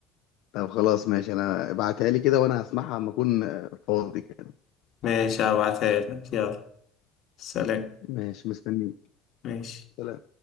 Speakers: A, on the left; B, on the left.
A: طب خلاص ماشي انا ابعتها لي كده وانا هسمعها اما اكون فاضي كده
B: ماشي هبعتها لك يلا سلام
A: ماشي مستنيك
B: ماشي
A: سلام.